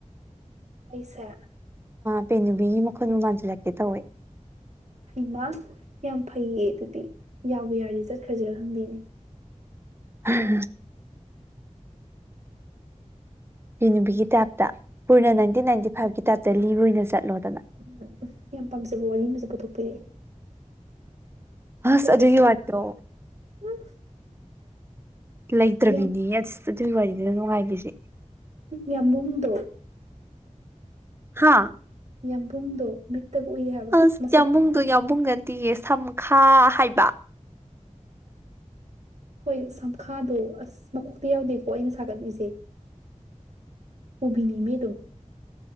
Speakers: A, on the right (about 65°); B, on the right (about 20°).
A: ꯑꯩꯁꯦ
B: ꯄꯦ ꯅꯨꯕꯤꯒꯤ ꯃꯈꯨꯟꯕꯨ ꯃꯥꯟꯁꯤꯜꯂꯛꯀꯦ ꯇꯧꯋꯦ
A: ꯍꯩꯃꯥ ꯌꯥꯝ ꯐꯩꯌꯦ ꯑꯗꯨꯗꯤ ꯌꯥꯕꯨ ꯌꯥꯔꯗꯤ ꯆꯠꯈ꯭ꯔꯁꯤꯔꯥ ꯈꯪꯗꯦꯅꯦ
B: ꯎꯝꯝ ꯄꯕꯤ ꯅꯨꯕꯤꯒꯤ ꯇꯥꯏꯞꯇ ꯄꯨꯅ
A: ꯎꯝ
B: ꯅꯥꯏꯟꯇꯤꯟ ꯅꯥꯏꯟꯇꯤ ꯐꯥꯏꯚꯀꯤ ꯇꯥꯏꯞꯇ ꯂꯤꯕ ꯑꯣꯏꯅ ꯆꯠꯂꯣꯗꯅ
A: ꯎꯝ ꯎꯝ ꯌꯥꯝ ꯄꯥꯝꯖꯕ ꯋꯥꯡ ꯑꯃꯁꯁꯦ ꯄꯨꯊꯣꯛꯄꯤꯔꯛꯑꯦ
B: ꯍꯁ
A: ꯆꯠꯂꯁꯤꯔ
B: ꯑꯗꯨꯒꯤ ꯋꯥꯗꯣ
A: ꯎꯝ
B: ꯂꯩꯇ꯭ꯔꯕꯤꯅꯤ
A: ꯌꯥꯝ
B: ꯑ ꯑꯗꯨꯒꯤ ꯋꯥꯔꯤꯅꯤꯅ ꯅꯨꯡꯉꯥꯏꯕꯤꯁꯦ
A: ꯌꯥꯝꯃꯨꯡꯗꯣ
B: ꯍꯥ
A: ꯌꯥꯝꯕꯨꯡꯗꯣ ꯃꯤꯠ ꯇꯥꯒ ꯎꯋꯤ ꯍꯥꯏꯕ
B: ꯑꯁ
A: ꯃꯁꯛ
B: ꯌꯥꯝꯕꯨꯡꯗꯣ ꯌꯥꯝꯕꯨꯡ ꯅꯠꯇꯤꯌꯦ ꯁꯝꯈꯥ ꯍꯥꯏꯕ
A: ꯍꯣꯏ ꯁꯝꯈꯥꯗꯣ ꯑꯁ ꯃꯀꯣꯛꯇꯤ ꯌꯥꯎꯗꯦꯀꯣ ꯑꯩꯅ ꯁꯥꯒꯠꯂꯤꯁꯦ ꯎꯕꯤꯅꯤ ꯃꯤ ꯑꯗꯨꯝ